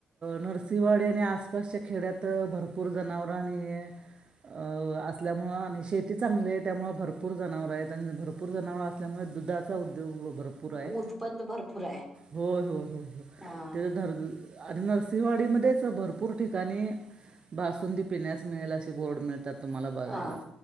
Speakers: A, on the right; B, in the centre.
A: नरसिंवाडी आणि आसपासच्या खेड्यात भरपूर जनावरं आणि अ असल्यामुळं आणि शेती चांगली आहे त्यामुळे भरपूर जनावरं आहेत आणि भरपूर जनावरं असल्यामुळे दुधचा उ ळ भरपूर आहे.
B: उदबंद भरपूर आहे
A: होय-होय-होय हो
B: हा
A: ते धर आणि नरसिंवाडीमध्येच भरपूर ठिकाणी बासुंदी पिण्यास मिळेल, अशी बोर्ड मिळतात. तुम्हाला बघायला
B: ह